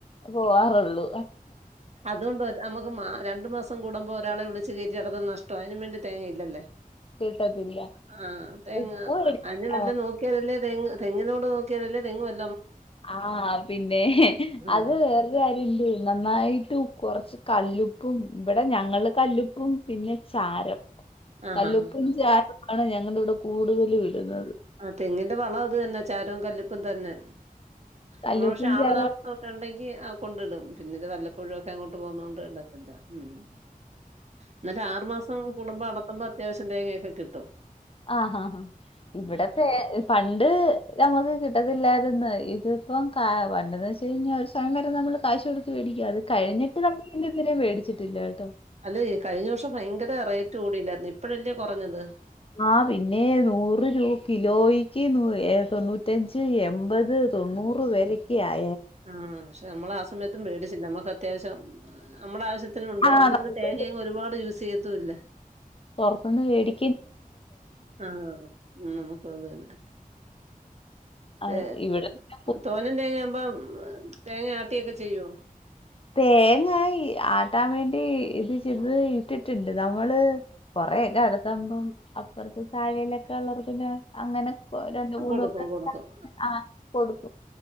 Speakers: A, on the left (about 40°); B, on the right (about 50°).
A: പോവാറുള്ളൂ
B: അതുകൊണ്ട് നമുക്ക് മാ രണ്ടു മാസം കൂടുമ്പോ ഒരാളെ വിളിച്ച് കേറ്റി ഇട്ന്നെ നഷ്ട അതിനും വേണ്ടി തേങ്ങ ഇല്ലല്ലേ
A: കിട്ടത്തില്ല
B: ആ തെ
A: ഉപ്പ് മേടിച്ചിട്ടാ
B: അന് നല്ല നോക്കിയാലല്ലേ തങ് തെങ്ങിനോട് <unintelligible> നോക്കിയാലല്ലേ തെങ്ങ് വല്
A: ആ പിന്നെ
B: ആഹ്.
A: അത് വേറൊരു കാര്യുണ്ട് നന്നായിട്ട് കൊറച്ച് കല്ലുപ് പ്പും ഇവിടെ ഞങ്ങൾ കല്ലുപ്പും പിന്നെ ചാരം
B: ആഹാ.
A: കല്ലുപ്പും ചാരം ആണ് ഞങ്ങളുടെ ഇവിടെ കൂടുതലും ഇടുന്നത്
B: ആ തെങ്ങിന്റെ വളം അത് തന്നെ ചാരം കല്ലുപ് പ്പും തന്നെ
A: കല്ലുപ്പും
B: നമ്മൾ പക്ഷെ ആളു
A: ചാരവും
B: താമസൊക്കെ ഉണ്ടെങ്കി കൊണ്ടിടും പിന്നെ ഇത് വല്ലപ്പോഴുമൊക്കെ അങ്ങോട്ട് പോകുന്നത കൊണ്ട് ഇടത്തില്ല ഉം ഇന്നിട്ട് ആറ് മാസം കൂടുമ്പോ അടത്തുമ്പോ അത്യാവശ്യം തേങ്ങയൊക്കെ കിട്ടും
A: ആ ഹ ഹ ഹ ഇവിടെ
B: ഉം
A: തേ പണ്ട് നമ്മക്ക് കിട്ടത്തില്ലായിരുന്നു ഇതിപ്പ ക പണ്ടെന്ന് വെച്ച് ഒരു സമയം വരെ നമ്മൾ കാശ് കൊടു <unintelligible> അത് കഴിഞ്ഞിട്ട് <unintelligible> ച്ചിട്ടില്ല ട്ടോ
B: അല്ലേയ് കഴിഞ്ഞ വർഷം ഭയങ്കര റേറ്റ് കൂടില്ലായിരുന്നോ ഇപ്പഴല്ലേ കുറഞ്ഞത്
A: ആഹ്‌ പിന്നേ നൂറ് രൂ കിലോയ്ക്ക് നൂ ഏഹ് തൊണ്ണൂറ്റഞ്ച് എൺപത് തൊണ്ണൂറ് വരെക്കയായി
B: ആഹ്‌ പക്ഷെ നമ്മളാ സമയത്തും മേടിച്ചില്ല മ്മക്ക അത്യാവശ്യം അമ്മുടെ ആവശ്യത്തിനുമുണ്ട്
A: ആഹ്
B: നമ്മളിന്ന്
A: നമുക്ക്
B: തേങ്ങയങ്ങ് ഒരുപാട് യൂസ് ചെയ്തൊല്ല
A: പുറത്തുന്ന് വേടി
B: ആഹ് നമുക്ക് അത് തന്നെ
A: അത്
B: തേ
A: ഇവിടെ പിന്നെ പു-
B: തോനെ തേങ്ങ ആവുമ്പോ തേങ്ങ ആട്ടിയൊക്കെ ചെയ്യോ
A: തേങ്ങായി ആട്ടാൻ വേണ്ടി ഇത് ചെയ്ത് ഇട്ടിട്ട്ണ്ട് നമ്മള് കൊറെയൊക്കെ അടുത്തമ്പം അപ്പൊറ്ത്ത് തഴെയിലൊക്കെ വളർത്തിനെ അങ്ങനെക്ക് രണ്ട്
B: ആ
A: മൂന്നൊക്കെ
B: കൊടുക്കും കൊടുക്കും
A: ആഹ് കൊടുത്തു